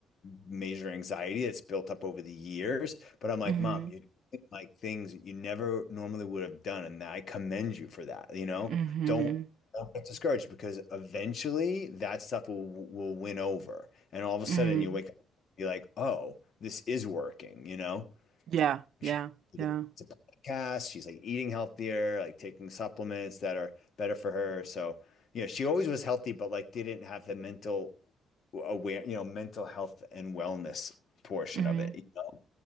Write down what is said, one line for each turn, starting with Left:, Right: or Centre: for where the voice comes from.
Left: major anxiety that's built up over the years. But I'm like,
Right: hmm
Left: Mom, you like things that you never normally would have done, and I commend you for that. You know,
Right: hmm
Left: don't don't get discouraged because eventually that stuff will will win over, and all of a
Right: hmm
Left: sudden you wake up, you're like, oh, this is working. You know,
Right: Yeah, yeah,
Left: She-
Right: yeah.
Left: it's a podcast. She's like eating healthier, like taking supplements that are better for her. So you know, she always was healthy, but like didn't have the mental aware, you know, mental health and wellness portion
Right: hmm
Left: of it, you know?